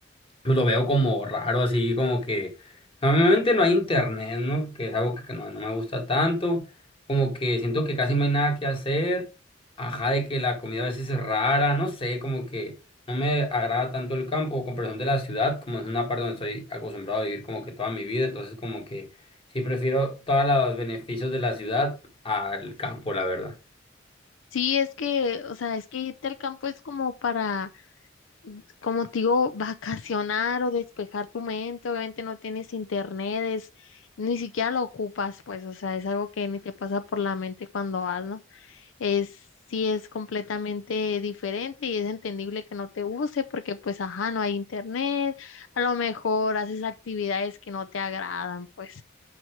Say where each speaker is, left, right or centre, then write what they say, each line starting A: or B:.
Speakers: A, on the left (about 30°); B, on the left (about 75°).
A: pues lo veo como raro, así como que normalmente no hay internet, ¿no? Que es algo que, que no, no me gusta tanto, como que siento que casi no hay nada que hacer, ajá, de que la comida a veces es rara, no sé, como que no me agrada tanto el campo o comparación de la ciudad, como es una parte donde estoy acostumbrado a vivir como que toda mi vida, entonces como que sí prefiero todos los beneficios de la ciudad al campo, la verdad.
B: Sí, es que, o sea, es que irte al campo es como para, como te digo, vacacionar o despejar tu mente. Obviamente no tienes internet, es- ni siquiera lo ocupas, pues, o sea, es algo que ni te pasa por la mente cuando vas, ¿no? Es, sí es completamente diferente y es entendible que no te guste porque, pues, ajá, no hay internet, a lo mejor haces actividades que no te agradan, pues,